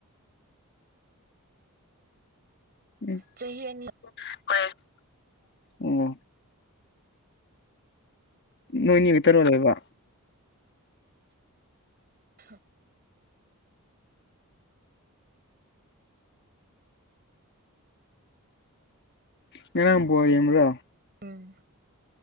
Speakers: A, on the left; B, on the right.
A: ꯎ
B: ꯆꯍꯤ ꯑꯅꯤ
A: ꯑꯣ ꯅꯣꯏꯅꯤ ꯈꯥꯇꯔꯣ ꯂꯩꯕ
B: ꯍ
A: ꯅꯪ ꯉꯔꯥꯡ ꯕꯣꯜ ꯌꯦꯡꯕꯔꯣ
B: ꯎꯝ